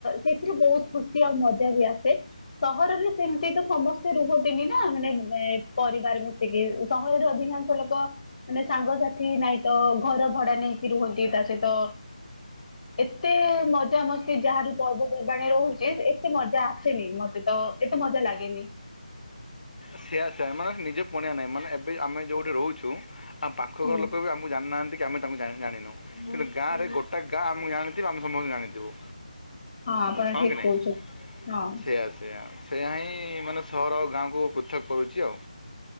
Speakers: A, on the left (about 45°); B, on the left (about 80°).
A: ସେଥିରେ ବହୁତ ଖୁସି ଆଉ ମଜା ବି ଆସେ। ସହରରେ ସେମତି ତ ସମସ୍ତେ ରୁହନ୍ତିନି ନା। ମାନେ ଏ ପରିବାର ମିଶିକି ସହରରେ ଅଧିକାଂଶ ଲୋକ ମାନେ ସାଙ୍ଗସାଥି ନାଇଁ ତ ଘର ଭଡା ନେଇକି ରୁହନ୍ତି। ତା ସହିତ ଏତେ-ଏ ମଜା ମସ୍ତି ଯାହା ବିି ପର୍ବପର୍ବାଣୀ ରହୁଛି ଏତେ ମଜା ଆସେନି ମ ତ ଏତେ ମଜା ଲାଗେନି।
B: ସେଆ ସେଆ ମାନେ ନିଜେ ପଣିଆ ନାହିଁ। ମାନେ ଏବେ ଆମେ ଯୋଉଠି ରହୁଛୁ ଆମ ପାଖ
A: ହୁଁ।
B: ଘର ଲୋକ କହିବେ ଆ ମୁଁ ଜାଣିନାହାନ୍ତି କି ଆମେ ତାଙ୍କୁ ଜା ଜାଣିନୁ। କିନ୍ତୁ ଗାଁରେ ଗୋଟେ ଗାଁ ମୁଁ ଜାଣିଥିବି ଆମେ ସମସ୍ତେ ଜାଣିଥିବୁ।
A: ଆପଣ
B: ହଁ
A: ଠିକ
B: କି ନାଇଁ?
A: କହୁଛନ୍ତି ହଁ
B: ସେଇଆ ସେୟା ସେୟା ହିଁ ମାନେ ସହର ଗାଁକୁ ପୃଥକ କରୁଛି ଆଉ।